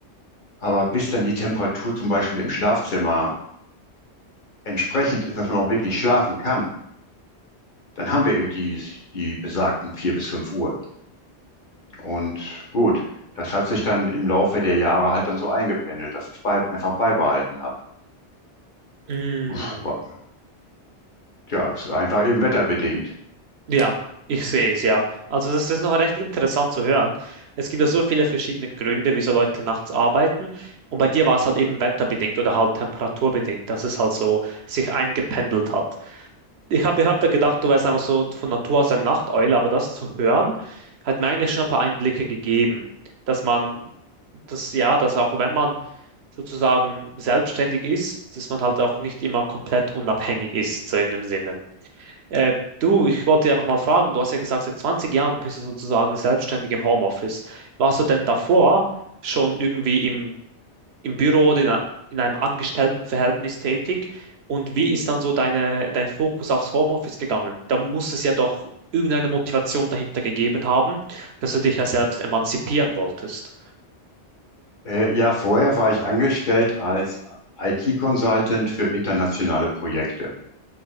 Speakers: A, on the left; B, on the right.
A: Aber bis dann die Temperatur zum Beispiel im Schlafzimmer entsprechend ist, dass man auch wirklich schlafen kann, dann haben wir eben die, die besagten vier bis fünf Uhr. Und gut, das hat sich dann im Laufe der Jahre halt dann so eingependelt, dass ich es bei, einfach beibehalten habe.
B: Mm,
A: Uff, wa- Ja, es ist einfach eben wetterbedingt.
B: ja, ich sehe es ja. Also das ist noch recht interessant zu hören. Es gibt ja so viele verschiedene Gründe, wieso Leute nachts arbeiten. Und bei dir war es halt eben wetterbedingt oder halt temperaturbedingt, dass es halt so sich eingependelt hat. Ich habe ich hab da gedacht, du wärst einfach so von Natur aus eine Nachteule, aber das zu hören, hat mir eigentlich schon ein paar Einblicke gegeben, dass man, das ja, dass auch wenn man sozusagen selbstständig ist, dass man halt auch nicht immer komplett unabhängig ist, so in dem Sinne. Äh, du, ich wollte dich einfach mal fragen, du hast ja gesagt, seit 20 Jahren bist du sozusagen selbstständig im Homeoffice. Warst du denn davor schon irgendwie im, im Büro oder in, a- in einem Angestelltenverhältnis tätig? Und wie ist dann so deine, dein Fokus aufs Homeoffice gegangen? Da muss es ja doch irgendeine Motivation dahinter gegeben haben, dass du dich ja selbst emanzipieren wolltest.
A: Äh, ja, vorher war ich angestellt als IT-Consultant für internationale Projekte.